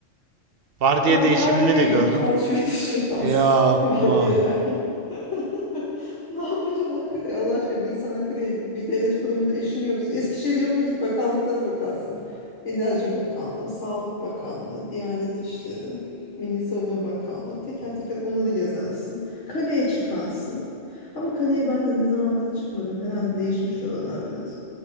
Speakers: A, on the right (about 55°); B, on the left (about 60°).
A: Vardiya
B: Tam
A: değişimini
B: A Tamam AVM'ye
A: de gördüm.
B: git alışveriş yaparsın.
A: Yapma.
B: <laughs> Ama diyor yani. <laughs> Ne yapacaksın Ankara'ya? Allah aşkına bir insan Ankara'ya bir devlet kurumunda işin yoksa Eskişehir yoluna git bakanlıklara bakarsın. Enerji Bakanlığı, Sağlık Bakanlığı, Diyanet İşleri, Milli Savunma Bakanlığı teker teker onları gezersin. Kaleye çıkarsın. Ama kaleye ben de ne zamandır çıkmadım. Herhalde değişmiş oralar biraz.